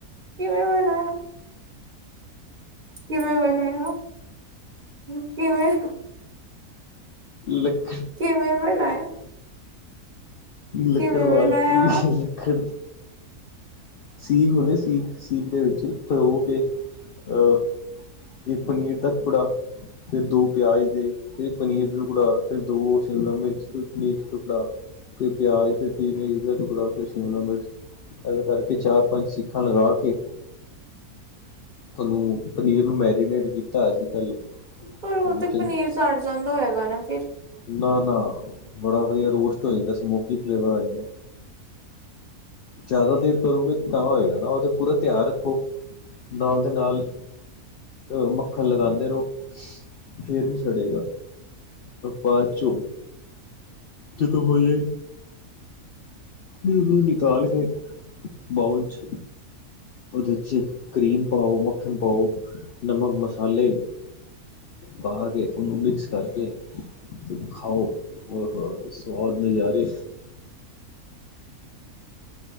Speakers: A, on the right; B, on the left.
A: ਕਿਵੇਂ ਹੋਣਾ। ਕਿਵੇਂ ਬਣਾਇਆ? ਕਿਵੇਂ?
B: ਲਕ
A: ਕਿਵੇਂ ਬਣਾਇਆ? ਕਿਵੇਂ
B: ਲੱਕੜ ਵਾਲ
A: ਬਣਾਇਆ
B: ਕੇ ਲੱਕੜ। ਸੀ <unintelligible> ਸੀ ਸੀਟ ਦੇ ਵਿੱਚ ਧੋ ਕੇ ਅਹ ਇਹ ਪਨੀਰ ਦਾ ਟੁਕੜਾ ਫਿਰ ਦੋ ਪਿਆਜ਼ ਦੇ, ਫਿਰ ਪਨੀਰ ਦਾ ਟੁਕੜਾ, ਫਿਰ ਦੋ ਸ਼ਿਮਲਾ ਮਿਰਚ ਪਨੀਰ ਦਾ ਟੁਕੜਾ, ਫਿਰ ਪਿਆਜ਼ ਫਿਰ ਪੀ ਮ ਦਾ ਟੁ ਕੜਾ ਫਿਰ ਸ਼ਿਮਲਾ ਮਿਰਚ। ਕਰਕੇ ਚਾਰ, ਪੰਜ ਸਿੱਖਾਂ ਲਗਾ ਕੇ, ਉਹਨੂੰ ਪਨੀਰ ਨੂੰ ਮੈਰੀਨੇਟ ਕੀਤਾ ਸੀ। <unintelligible>
A: ਪਰ
B: ਪਹਿਲੇ
A: ਉਹ ਤੇ ਪਨੀਰ ਸਾੜ ਜਾਂਦਾ, ਹੈਗਾ ਨਾ ਫਿਰ
B: ਨਾ, ਨਾ ਬੜਾ ਵਧੀਆ ਰੋਸਟ ਹੋ ਜਾਂਦਾ ਸਮੋਕੀ ਫਲੇਵਰ ਆ ਜਾਂਦਾ, ਜ਼ਿਆਦਾ ਦੇਰ ਕਰੋਗੇ ਤਾਂ ਹੋਏਗਾ ਨਾ ਉਹ ਤੇ ਪੂਰਾ ਧਿਆਨ ਰੱਖੋ ਨਾਲ ਦੇ ਨਾਲ ਮੱਖਣ ਲਗਾਉਂਦੇ ਰਹੋ ਫੇਰ ਨੀ ਸੜੇਗਾ। ਬਾਅਦ ਚੋਂ ਜਦੋਂ ਹੋ ਜਾਏ, ਉਹਨੂੰ ਨਿਕਾਲ ਕੇ ਬਾਊਲ ਚ ਉਹਦੇ ਕਰੀਮ ਪਾਓ, ਮੱਖਣ ਪਾਓ, ਨਮਕ ਮਸਾਲੇ ਪਾ ਕੇ ਉਹਨੂੰ ਮਿਕਸ ਕਰਕੇ ਖਾਓ ਓਹੋ ਸਵਾਦ ਨਜਾਰੇ